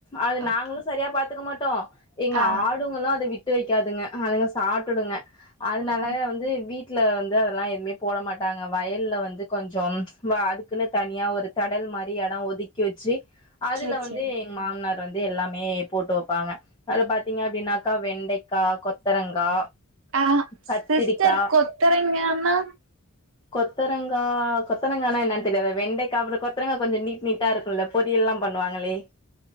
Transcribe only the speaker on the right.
ஓகே
ஆ
ஓ
சேரி
சேரி
ஆ
சிஸ்டர் கொத்தரங்கான்னா